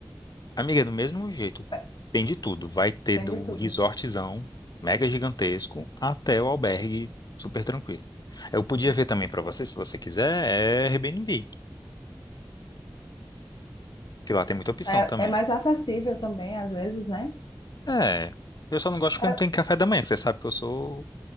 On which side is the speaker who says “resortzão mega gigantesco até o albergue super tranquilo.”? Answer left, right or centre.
Left